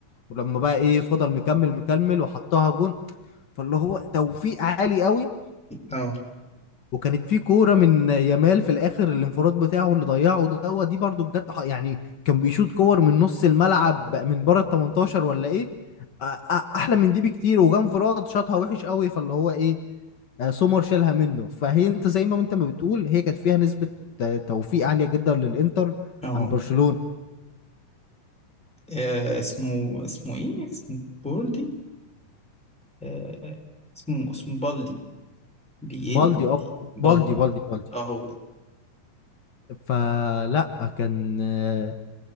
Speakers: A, on the left; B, in the centre.
A: ولما بقى
B: مش فاكر
A: ايه فضل مكمل مكمل وحطها جون فاللي هو توفيق عالي قوي
B: اه
A: وكانت في كوره من يامال في الاخر الانفراد بتاعه اللي ضيعه دوت دي برضو بجد ح- يعني كان بيشوط كور من نص الملعب من بره ال 18 ولا ايه أ- أ- احلى من دي بكتير وجا انفراد شاطها وحش قوي فاللي هو ايه آه، سومر شالها منه فهي انت زي ما انت ما بتقول هي كانت فيها نسبة آه، توفيق عالية جدا للانتر
B: اه
A: عن برشلونة
B: آه اسمه اسمه ايه اسمه بولدي آه اسمه اسمه بالدي بي ايه
A: بالدي اه
B: دي بالدي
A: بالدي بالدي بالدي
B: اه هو ده
A: فلا كان آه،